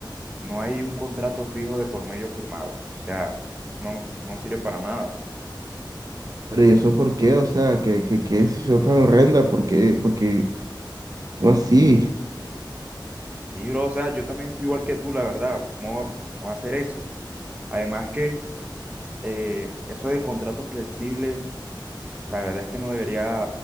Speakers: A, on the right; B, on the right.
A: no hay un contrato fijo de por medio firmado. O sea, eso no, nos- no sirve para nada.
B: Pero ¿y eso por qué? O sea, ¿qué, qué, qué decisión tan horrenda? ¿Por qué? Porque, no así,
A: Sí, bro, o sea, yo también estoy igual que tú, la verdad. ¿Cómo va a hacer eso? Además que eh, eso de contrato flexible, la verdad es que no debería